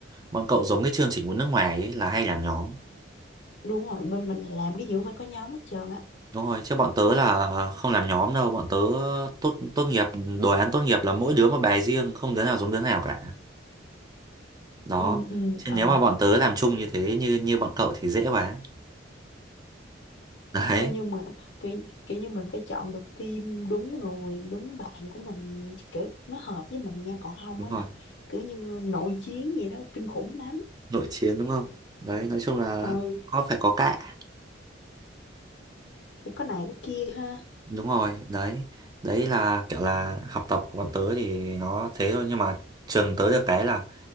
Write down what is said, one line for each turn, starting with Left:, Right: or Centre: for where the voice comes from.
Right: bọn cậu giống cái chương trình của nước ngoài ấy, là hay làm nhóm
Left: đúng rồi bên mình làm cái gì cũng phải có nhóm hết trơn á
Right: đúng rồi chứ bọn tớ là ờ, không làm nhóm đâu bọn tớ tốt tốt nghiệp đồ án tốt nghiệp là mỗi đứa một bài riêng không đứa nào giống đứa nào cả đó
Left: ừ, ừ,
Right: chứ
Left: ờ.
Right: nếu mà bọn tớ làm chung như thế như như bọn cậu thì dễ quá đấy
Left: Ê, nhưng mà kiểu, kiểu như mình phải chọn được team đúng người đúng bạn của mình kiểu nó hợp với mình nha còn không
Right: đúng
Left: á
Right: rồi
Left: là kiểu như nội chiến vậy đó kinh khủng lắm
Right: nội chiến đúng không đấy nói chung là
Left: ừ
Right: có phải có cạ
Left: phải có này có kia ha
Right: đúng rồi đấy đấy là kiểu là học tập của bọn tớ thì nó thế thôi nhưng mà trường tớ được cái là